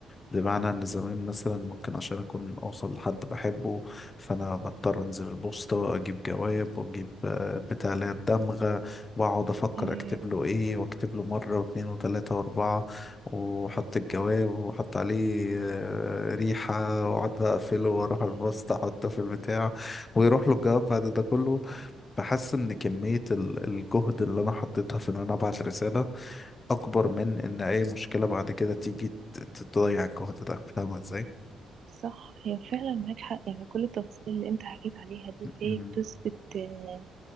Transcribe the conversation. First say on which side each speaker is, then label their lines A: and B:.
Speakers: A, on the left; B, on the right.
A: بمعنى إن زمان مثلا ممكن عشان أكون أوصل لحد بحبه فأنا بضطر أنزل البوسطة أجيب جواب وأجيب آه، بتاع اللي هي الدمغة واقعد افكر
B: آه،
A: اكتب له ايه واكتب له مره واثنين وثلاثه واربعه واحط الجواب واحط عليه آه، ريحه واقعد بقى اقفله واروح
B: آه،
A: البسط احطه في البتاع ويروح له الجواب بعد ده كله بحس ان كميه ال- الجهد اللي انا حطيتها في ان انا ابعت رساله اكبر من ان اي مشكله بعد كده تيجي ت- تضيع الجهد ده فاهمه ازاي؟
B: صح هي فعلا معاك حق يعني كل التفاصيل اللي انت حكيت عليها دي فهي
A: م-
B: بتثبت آه،